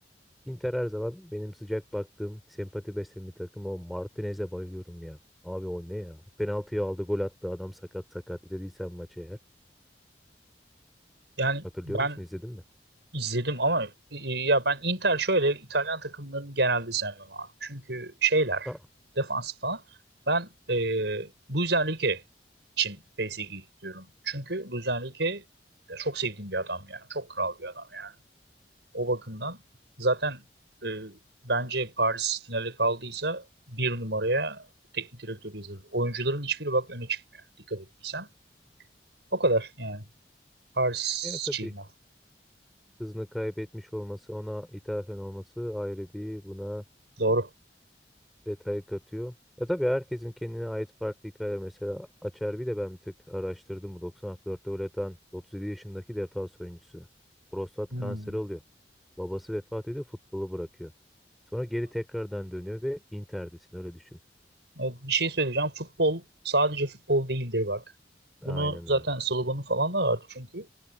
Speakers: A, in the centre; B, on the right (about 75°).
A: Inter her zaman benim sıcak baktığım, sempati beslediğim bir takım. O Martinez'e bayılıyorum ya. Abi o ne ya? Penaltıyı aldı, gol attı. Adam sakat sakat. İzlediysen maçı eğer.
B: Yani
A: Hatırlıyor
B: ben
A: musun? İzledin mi?
B: İzledim ama e, e, ya ben Inter şöyle İtalyan takımlarını genelde sevmem abi. Çünkü şeyler
A: Aa,
B: defans falan. Ben e, Luis Enrique için PSG'yi istiyorum. Çünkü Luis Enrique ya çok sevdiğim bir adam yani Çok kral bir adam yani. O bakımdan zaten e, bence Paris finale kaldıysa bir numaraya teknik direktör yazılır. Oyuncuların hiçbiri bak öne çıkmıyor. Dikkat ettiysen. O kadar yani. Paris
A: yani tabii
B: için ben.
A: hızını kaybetmiş olması, ona ithafen olması ayrı bir buna
B: Doğru.
A: detay katıyor. Ya tabii herkesin kendine ait farklı hikayeler. Mesela Acerbi de ben bir tık araştırdım. Bu 94'te gol atan 37 yaşındaki defans oyuncusu. Prostat
B: Hmm.
A: kanseri oluyor. Babası vefat ediyor, futbolu bırakıyor. Sonra geri tekrardan dönüyor ve Inter'desin öyle düşün.
B: E, Bir şey söyleyeceğim. Futbol sadece futbol değildir bak. Bunu
A: Aynen
B: zaten
A: öyle.
B: sloganı falan da vardı çünkü.